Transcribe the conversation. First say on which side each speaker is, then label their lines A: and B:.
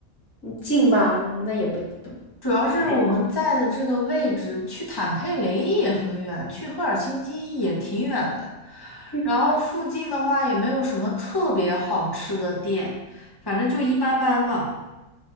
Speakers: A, on the left; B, on the left.
A: 你近吧，那也不不
B: 主要是我们在的这个位置，
A: 还好。
B: 去坦佩雷也很远，去赫尔辛基也挺远的。
A: 就
B: 然后附近的话也没有什么特别好吃的店，反正就一般般吧。